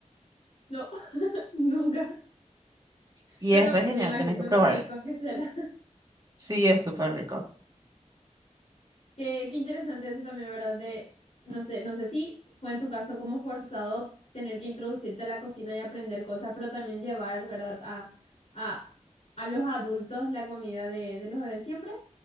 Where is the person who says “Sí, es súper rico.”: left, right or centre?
Right